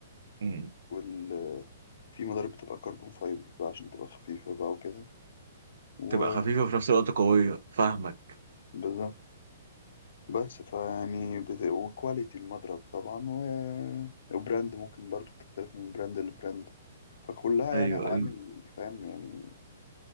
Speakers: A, on the right; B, on the left.
A: امم
B: وال... في مضارب بتبقى كربون فايبر بقى عشان تبقى خفيفة بقى وكده و
A: تبقى خفيفة وفي نفس الوقت قوية فاهمك
B: بالظبط بس فيعني بت... وكواليتي المضرب طبعا و... وبراند ممكن برضو بتختلف من براند لبراند فكلها
A: ايوه
B: يعني عوامل
A: ايوه
B: فاهم يعني